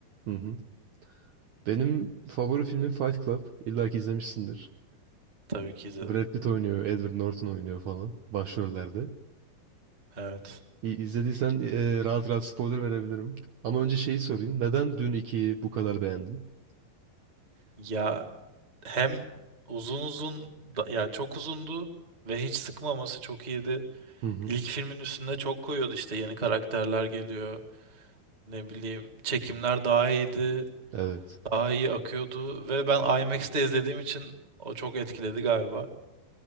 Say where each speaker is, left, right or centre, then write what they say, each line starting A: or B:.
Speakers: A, on the right; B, on the right.
A: Hı hı. Benim favori filmim Fight Club. İlla ki izlemişsindir.
B: Tabii ki izledim.
A: Brad Pitt oynuyor, Edward Norton oynuyor falan başrollerde.
B: Evet.
A: İ- İzlediysen e, rahat rahat spoiler verebilirim. Ama önce şeyi sorayım. Neden dün 2'yi bu kadar beğendin?
B: Ya hem uzun uzun da- ya çok uzundu ve hiç sıkmaması çok iyiydi.
A: Hı hı.
B: İlk filmin üstüne çok koyuyordu işte yeni karakterler geliyor. Ne bileyim çekimler daha iyiydi.
A: Evet.
B: Daha iyi akıyordu ve ben IMAX'te izlediğim için o çok etkiledi galiba.